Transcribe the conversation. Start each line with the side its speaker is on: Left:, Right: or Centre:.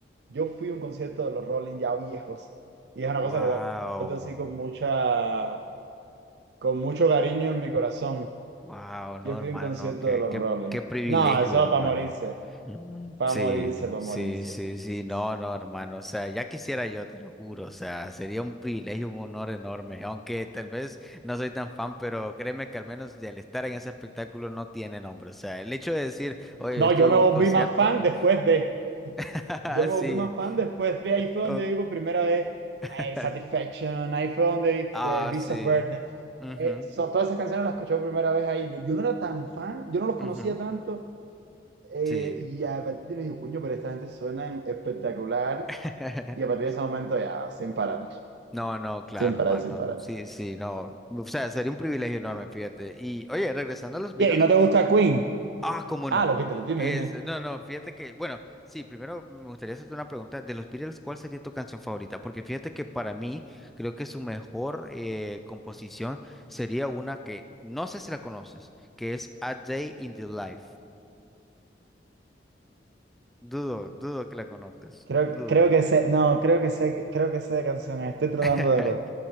Right: Yo fui a un concierto de los Rolling ya viejos. Y es
Centre: Wow.
Right: una cosa que guardo así con mucha, con mucho cariño en mi corazón.
Centre: Wow, no,
Right: Yo
Centre: hermano,
Right: fui a un concierto
Centre: qué,
Right: de los
Centre: qué,
Right: Rolling.
Centre: qué privilegio,
Right: No, eso
Centre: hermano.
Right: para morirse,
Centre: Mm.
Right: para
Centre: Sí,
Right: morirse, para
Centre: sí,
Right: morirse.
Centre: sí, sí,
Right: morirse.
Centre: no, no, hermano, o sea, ya quisiera yo, te lo juro, o sea, sería un privilegio, un honor enorme, aunque tal vez no soy tan fan, pero créeme que al menos el estar en ese espectáculo no tiene nombre, o sea, el hecho de decir, oye,
Right: No,
Centre: estuve
Right: yo
Centre: en
Right: me
Centre: un
Right: volví
Centre: concierto,
Right: más fan
Centre: uff,
Right: después de. <laughs>
Centre: <laughs>
Right: Yo me
Centre: sí,
Right: volví más fan después de. Ahí fue
Centre: o-
Right: donde vi por primera vez
Centre: <laughs>
Right: eh, Satisfaction, ahí fue donde
Centre: ah,
Right: vi eh, Beast
Centre: sí,
Right: of Burden.
Centre: mhm,
Right: Eh, so- todas esas canciones las escuché por primera vez ahí. Yo no era tan fan, yo no los
Centre: mhm,
Right: conocía tanto. eh,
Centre: sí.
Right: y a partir de me dije, "Coño, pero esta gente suena espectacular.
Centre: <laughs>
Right: Y a partir de ese momento ya, sin parar,
Centre: No, no, claro,
Right: sin parar,
Centre: hermano.
Right: sin parar.
Centre: Sí, sí, no. O sea, sería un privilegio enorme, fíjate. Y oye, regresando a los
Right: Oye,
Centre: Beatles,
Right: ¿y no te gusta Queen?
Centre: ah, cómo
Right: Ah,
Centre: no.
Right: los Beatles, dime,
Centre: Es,
Right: dime.
Centre: no, no, fíjate que, bueno, sí, primero me gustaría hacerte una pregunta. De los Beatles, ¿cuál sería tu canción favorita? Porque fíjate que para mí, creo que su mejor eh, composición sería una que no sé si la conoces, que es A Day in the Life. Dudo, dudo que la conozcas.
Right: Creo,
Centre: Dudo.
Right: que- creo que sé, no, creo que sé, creo que sé de canción. Estoy tratando
Centre: <laughs>
Right: de